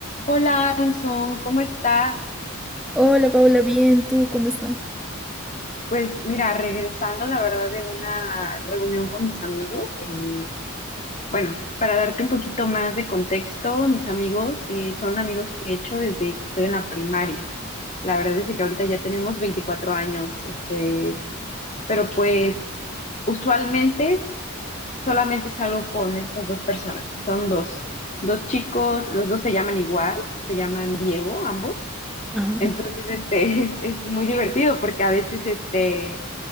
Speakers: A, on the left; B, in the centre.
A: Hola, Alison, ¿cómo estás?
B: Hola Paula, bien, ¿tú cómo estás?
A: Pues mira, regresando la verdad de una reunión con mis amigos, eh, bueno, para darte un poquito más de contexto, mis amigos eh, son amigos que he hecho desde que estoy en la primaria. La verdad es de que ahorita ya tenemos 24 años, este, pero pues usualmente solamente salgo con estas dos personas, que son dos, dos chicos, los dos se llaman igual, se llaman Diego, ambos.
B: Ah,
A: Entonces, este, <laughs> es, es muy divertido porque a veces, este,